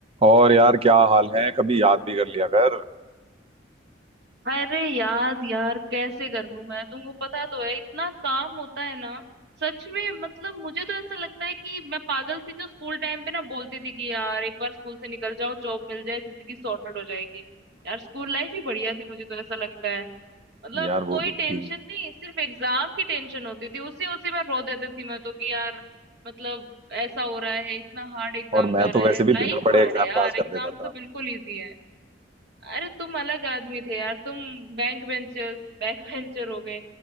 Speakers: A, on the right; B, on the right.
A: और यार क्या हाल है कभी याद भी कर लिया कर
B: अरे याद यार कैसे कर लूं मैं तुमको पता तो है इतना काम होता है ना सच में मतलब मुझे तो ऐसा लगता है कि मैं पागल थी जो स्कूल टाइम पे ना बोलती थी कि यार एक बार स्कूल से निकल जाओ जॉब मिल जाए जिंदगी सॉर्टेड हो जाएगी यार स्कूल लाइफ ही बढ़िया थी मुझे तो ऐसा लगता है मतलब
A: यार वो
B: कोई
A: तो थी
B: टेंशन नहीं सिर्फ एग्जाम की टेंशन होती थी उसी उसी में रो देती थी मैं तो कि यार मतलब ऐसा हो रहा है इतना हार्ड एग्जाम
A: और मैं
B: जा रहा
A: तो
B: है
A: वैसे भी
B: लाइफ
A: बिना पढ़े
B: हार्ड
A: एग्जाम
B: है यार
A: पास कर
B: एग्जाम
A: देता था
B: तो बिल्कुल इजी है अरे तुम अलग आदमी थे यार तुम बैंक बेंचर्स बैक बेंचर <laughs> हो गए